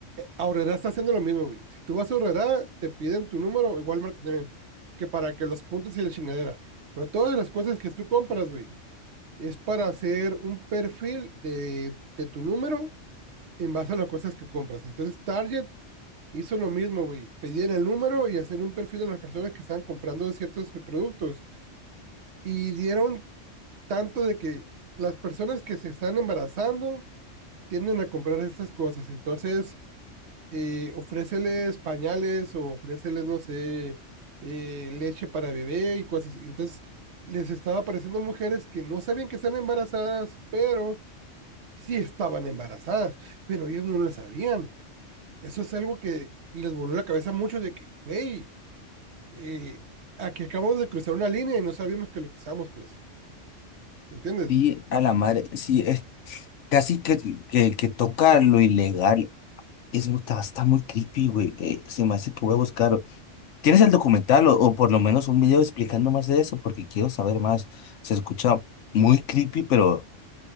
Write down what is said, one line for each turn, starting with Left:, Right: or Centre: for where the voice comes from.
Right: Aurrera está haciendo lo mismo, güey. Si tú vas a Aurrera, te piden tu número, igual Walmart también, que para que los puntos y la chingadera. Pero todas las cosas que tú compras, güey, es para hacer un perfil de, de tu número en base a las cosas que compras. Entonces, Target hizo lo mismo, güey. Pedían el número y hacer un perfil de las personas que estaban comprando ciertos productos. Y dieron tanto de que las personas que se están embarazando tienden a comprar estas cosas. Entonces, eh, ofréceles pañales o ofréceles, no sé, eh, leche para bebé y cosas. así. Entonces, les estaba apareciendo mujeres que no sabían que están embarazadas, pero sí estaban embarazadas, pero ellas no lo sabían. Eso es algo que les voló la cabeza mucho de que, güey, eh, aquí acabamos de cruzar una línea y no sabíamos que lo cruzamos, pues, ¿me entiendes?
Left: Sí, a la madre, sí, es casi que, que, que toca lo ilegal. Es, mu- está, está muy creepy, güey. eh, se me hace que voy a buscar. ¿Tienes el documental o, o por lo menos un video explicando más de eso? Porque quiero saber más. Se escucha muy creepy, pero